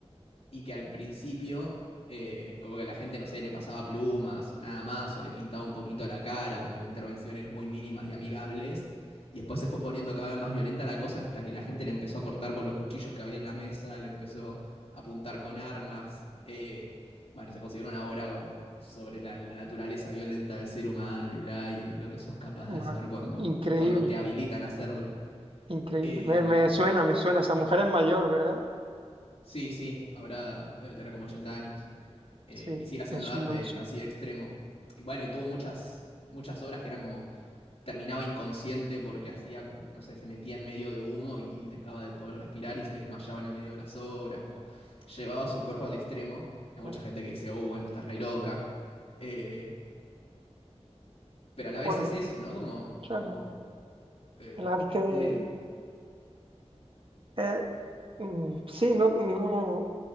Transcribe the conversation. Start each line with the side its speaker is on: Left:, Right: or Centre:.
Left: y que al principio, eh, como que la gente, no sé, le pasaba plumas o nada más, o le pintaba un poquito la cara, como intervenciones muy mínimas y amigables. Y después se fue poniendo cada vez más violenta la cosa hasta que la gente le empezó a cortar con los cuchillos que había en la mesa, le empezó a apuntar con armas. eh, bueno, se consideró una obra como sobre la, la naturaleza violenta del ser humano y bla, y de lo que sos capaz
Right: guau,
Left: de hacer cuando,
Right: Increíble,
Left: cuando te habilitan a hacerlo.
Right: increíble.
Left: Em,
Right: Me, me suena, me suena. Esa mujer es mayor, ¿verdad?
Left: sí, sí, ahora debe tener como 80 años eh,
Right: Sí,
Left: y sigue haciendo
Right: me suena,
Left: arte
Right: me suena.
Left: así de extremo. Y bueno, y tuvo muchas, muchas obras que eran como terminaba inconsciente porque hacía, no sé, se metía en medio de humo y dejaba de poder respirar y se desmayaba en el medio de las obras, como llevaba su cuerpo al extremo. Y hay
Right: Vale.
Left: mucha gente que dice, oh, bueno, está re loca. Eh, pero a la vez
Right: Bueno,
Left: es eso, ¿no? Como,
Right: claro.
Left: como eh,
Right: El arte,
Left: un... e-
Right: eh, mm, sí, no, no.